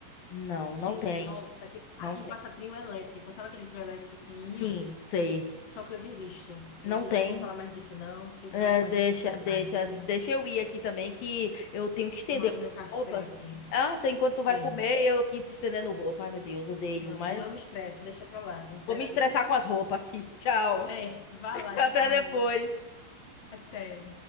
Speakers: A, on the left; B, on the left.
A: Não, não
B: Que o,
A: tem.
B: nossa, que,
A: Não
B: aqui
A: tem.
B: passa trio elétrico. Sabe aquele trio elétrico pequenininho?
A: Sim, sei.
B: Só que eu desisto. Eu
A: Não
B: digo,
A: tem.
B: não vou falar mais disso não, porque
A: É,
B: senão eu vou começar
A: deixa,
B: a me estressar
A: deixa,
B: aqui.
A: deixa eu ir aqui também, que eu tenho que estender
B: Tomar
A: minhas
B: meu café
A: roupas.
B: aqui.
A: Ah, você, enquanto tu vai
B: É,
A: comer, eu aqui te estendendo roupa. Ai, meu Deus, odeio,
B: não,
A: mas
B: senão eu me estresso. Deixa pra lá, entrega
A: vou me estressar
B: a Deus.
A: com as roupas aqui. <laughs> Tchau.
B: É, vá
A: <laughs>
B: lá,
A: Até
B: tchau,
A: depois.
B: amiga. Até.